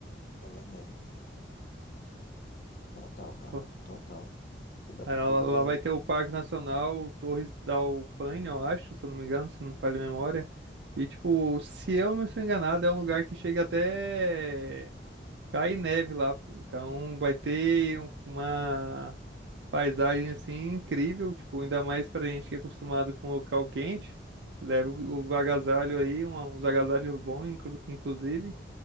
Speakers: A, on the left; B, on the right.
A: É verdade. Total, cara,
B: Ó,
A: total. Que dá pra
B: Lá
A: fazer,
B: lá vai ter o Parque Nacional Torres da Alpaina, eu acho, se eu não me engano, se não me falha a memória. E, tipo, se eu não estou enganado, é um lugar que chega até cai neve lá, pô. Então vai ter um- uma paisagem, assim, incrível, tipo, ainda mais pra gente que é acostumado com local quente. Leva o- os agasalhos aí, um- uns agasalhos bons, inclu- inclusive.